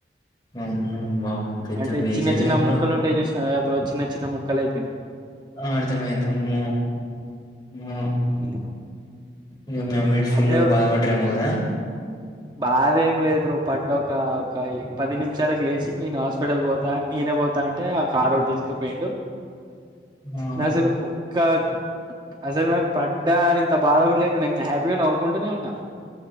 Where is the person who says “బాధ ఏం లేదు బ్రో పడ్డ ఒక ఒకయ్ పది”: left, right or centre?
Right